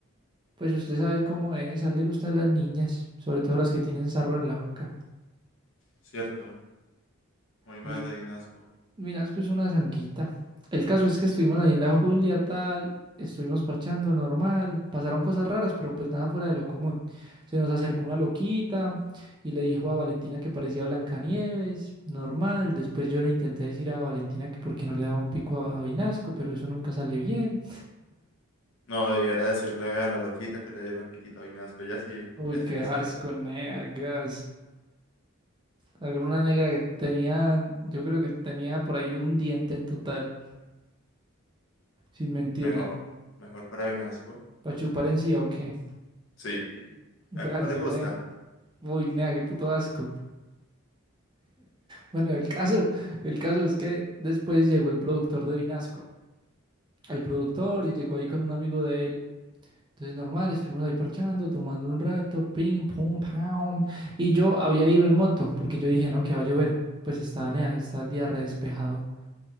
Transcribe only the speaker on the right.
Pues usted sabe cómo es. A él le gustan las niñas, sobre todo las que tienen sarro en la boca.
Él
Vinasco es una zanguita. El caso es que estuvimos ahí en la Julia, tal, estuvimos parchando normal, pasaron cosas raras, pero pues nada fuera de lo común. Se nos acercó una loquita y le dijo a Valentina que parecía Blancanieves, normal. Después yo le intenté decir a Valentina que por qué no le daba un pico a Vinasco, pero eso nunca sale bien.
Uy,
qué
asco, nea, gas. Alguna negra que tenía, yo creo que tenía por ahí un diente en total, sin mentirle.
¿Para chupar encía o qué?
Gas,
nea.
Uy, nada, qué puto asco. Bueno, el caso, el caso es que después llegó el productor de Vinasco, el productor, y llegó ahí con un amigo de él. Entonces, normal, estuvimos ahí parchando, tomando un rato, pim, pum, pam. Y yo había ido en moto, porque yo dije, no, que va a llover. Pues está, nea, está el día re despejado.